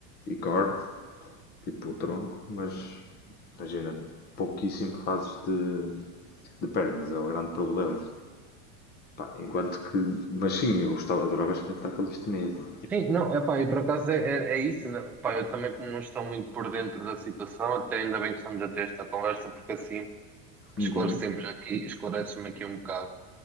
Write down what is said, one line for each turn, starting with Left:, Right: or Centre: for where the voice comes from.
Left: e core, tipo o tronco, mas imagina, pouquíssimo fazes de, de pernas, é o grande problema. Pá, enquanto que. Mas sim, eu gostava, adorava experimentar calistenia. pá.
Centre: Sim, não, é pá, e por acaso é, é, é isso, né? Pá, eu também como não estou muito por dentro da situação, até ainda bem que estamos a ter esta conversa, porque assim
Left: Uhum.
Centre: esclarecemos aqui, esclarece-me aqui um bocado.